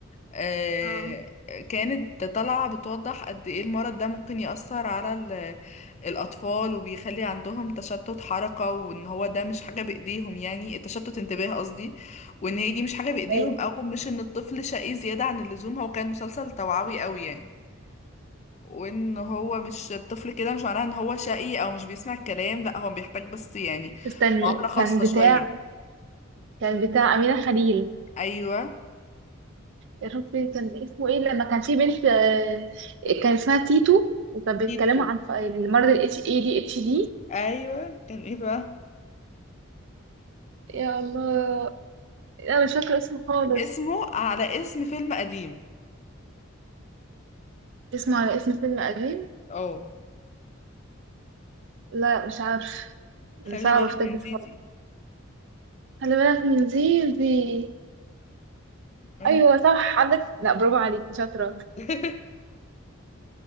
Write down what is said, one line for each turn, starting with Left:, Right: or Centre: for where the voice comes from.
Left: آه،
Right: اه
Left: كانت طالعة بتوضح قد ايه المرض ده ممكن يأثر على ال- الأطفال وبيخلي عندهم تشتت حركة وان هو ده مش حاجة بإيديهم يعني التشتت انتباه قصدي وان هي دي مش حاجة بإيديهم
Right: ايه
Left: او مش ان الطفل شقي زيادة عن اللزوم هو كان مسلسل توعوي قوي يعني وان هو مش الطفل كده مش معناه ان هو شقي او مش بيسمع الكلام لا هو بيحتاج بس يعني
Right: استني
Left: معاملة خاصة
Right: كان بتاع
Left: شوية
Right: كان بتاع أمينة خليل
Left: ايوه
Right: يا ربي كان اسمه ايه لما كان في بنت آه، كان اسمها تيتو وكانوا بيتكلموا
Left: كيتو
Right: عن ف- المرض ال اتش اي دي اتش دي
Left: ايوه كان ايه بقى
Right: يا الله لا مش فاكرة اسمه خالص
Left: اسمه على اسم فيلم قديم
Right: اسمه على اسم فيلم قديم
Left: اه
Right: لا مش عارف
Left: خلي
Right: صعب
Left: بالك
Right: افتكر
Left: <laughs> من زيزي
Right: خالص خلي بالك من زي دي
Left: أيوة.
Right: ايوه صح عندك لا برافو عليك شاطرة
Left: <laughs>